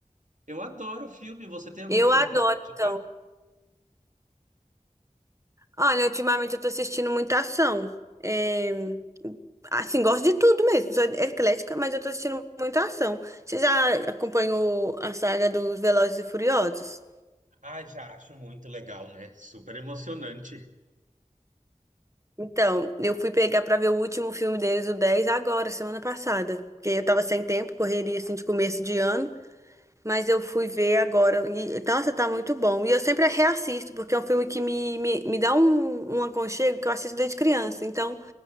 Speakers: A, on the right (about 65°); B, on the right (about 20°).
A: Eu adoro filme. Você tem algum
B: Eu
A: filme
B: adoro,
A: para me indicar?
B: então. Olha, ultimamente eu tô assistindo muita ação. É, Assim, gosto de tudo mesmo. Sou eclética, mas eu tô assistindo muita ação. Você já acompanhou a saga dos Velozes e Furiosos?
A: Ah, já acho muito legal, né? Super emocionante.
B: Então, eu fui pegar pra ver o último filme deles, o 10 agora, semana passada. Porque eu tava sem tempo, correria assim de começo de ano. Mas eu fui ver agora. E, nossa, tá muito bom. E eu sempre reassisto, porque é um filme que me, me, me dá um, um aconchego que eu assisto desde criança. Então,